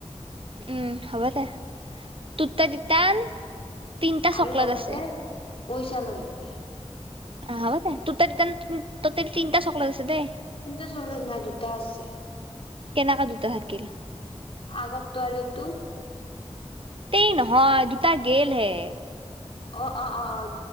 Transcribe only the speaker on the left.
আৰু লগতে
পইচা লৈ আহিবি।
কিন্তু চকলেট নাই দুটা আছে
আগততো আৰু এইটো
অ' অ' অ' আ অ'